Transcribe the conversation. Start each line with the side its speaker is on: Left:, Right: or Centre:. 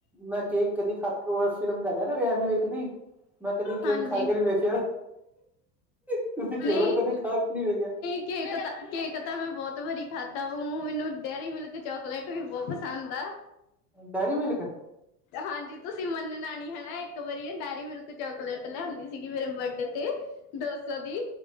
Centre: ਮੈਂ ਕੇਕ ਕਦੀ ਖਾ ਕੇ ਉਹ ਫਿਲਮ ਦਾ ਕ ਨਾ ਐਮੀ ਵੀਰਕ ਦੀ ਮੈਂ ਕਦੀ ਕੇਕ
Left: ਹਾਂਜੀ।
Centre: ਖਾ ਕੇ ਨੀ ਵੇਖਿਆ। ਤੁਸੀਂ ਘੇਵਰ
Left: ਨਹੀਂ
Centre: ਕਦੇ ਖਾ ਕੇ ਨਹੀਂ ਵੇਖਿਆ।
Left: ਕੇਕ ਤਾਂ ਕੇਕ ਤਾਂ ਮੈਂ ਬਹੁਤ ਵਾਰੀ ਖਾਧਾ ਵਾ। ਮੈਨੂੰ ਡੇਅਰੀ ਮਿਲਕ ਚਾਕਲੇਟ ਵੀ ਬਹੁਤ ਪਸੰਦ ਆ।
Centre: Dairy Milk?
Left: ਹਾਂਜੀ, ਤੁਸੀਂ ਮੰਨਣਾ ਨੀ ਹਨਾ। ਇੱਕ ਵਾਰੀ ਨਾ ਡੈਅਰੀ ਮਿਲਕ ਚਾਕਲੇਟ ਲਿਆਉਂਦੀ ਸੀਗੀ ਮੇਰੇ ਬਰਡੇ ਤੇ ਦੋ ਸੌ ਦੀ